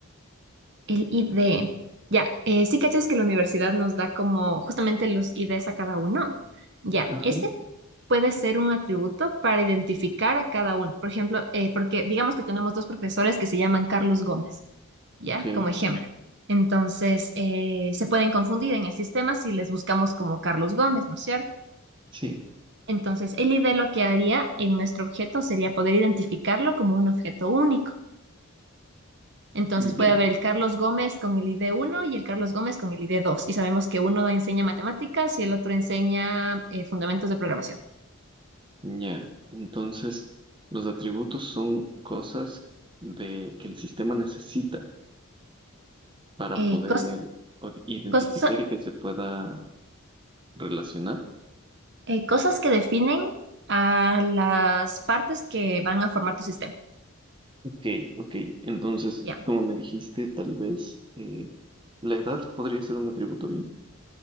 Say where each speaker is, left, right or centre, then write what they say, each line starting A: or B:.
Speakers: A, on the right; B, on the right.
A: el ID. Ya, eh, sí cachas que la universidad nos da como justamente los IDs a cada uno. Ya,
B: Ajá.
A: ese puede ser un atributo para identificar a cada uno. Por ejemplo, eh, porque digamos que tenemos dos profesores que se llaman Carlos Gómez. ¿ya?
B: Ok.
A: Como ejemplo. Entonces, eh, se pueden confundir en el sistema si les buscamos como Carlos Gómez, ¿no es cierto?
B: Sí.
A: Entonces, el ID lo que haría en nuestro objeto sería poder identificarlo como un objeto único. Entonces,
B: Ya.
A: puede haber el Carlos Gómez con el ID uno y el Carlos Gómez con el ID dos Y sabemos que uno enseña matemáticas y el otro enseña eh, fundamentos de programación.
B: Ya. Entonces, los atributos son cosas de que el sistema necesita para
A: Eh,
B: poder
A: cos-
B: o- identificar
A: cos-
B: y que se pueda relacionar.
A: eh, cosas que definen a las partes que van a formar tu sistema.
B: Ok, ok. Entonces,
A: Ya.
B: como me dijiste, tal vez eh, la edad podría ser un atributo bien.